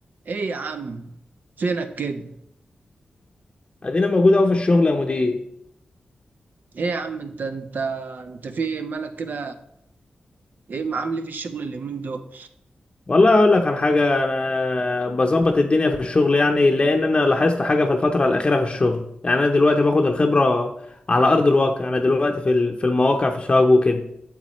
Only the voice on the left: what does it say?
ادينا موجود اهو في الشغل يا مدير
والله اقول لك على حاجه انا بظبط الدنيا في الشغل يعني لان انا لاحظت حاجه في الفتره الاخيره في الشغل يعني انا دلوقتي باخد الخبره على ارض الواقع انا دلوقتي في ال- في المواقع في شاغ وكده